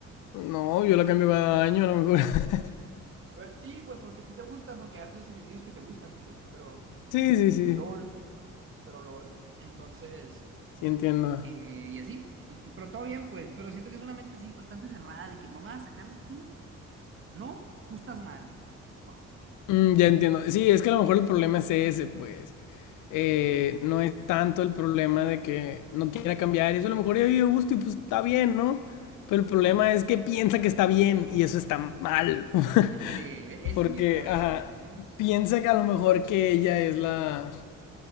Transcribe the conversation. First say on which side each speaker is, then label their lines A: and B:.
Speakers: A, on the left; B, on the right.
A: No, yo la cambio cada año a lo mejor. <laughs>
B: Pues, sí, pues porque a ti te gusta, porque haces los ejercicios que te gustan, pues, pero
A: Sí, sí, sí.
B: LOL, pero LOL. Entonces,
A: Sí, entiendo.
B: eh, y así, Ent- pero todo bien, pues, pero siento que es una mente, sí, bastante cerrada, de que no me vas a sacar de aquí, no, tú estás mal. Wow.
A: Mm, ya entiendo. Sí, es que a lo mejor el problema es ese, pues. Eh, no es tanto el problema de que no quiera cambiar. Eso a lo mejor ya vive a gusto y pues está bien, ¿no? Pero el problema es que piensa que está bien y eso está mal. <laughs>
B: Ándale, e- ese
A: Porque,
B: es mi problema
A: ajá,
B: también, ¿no?
A: piensa que a lo mejor que ella es la,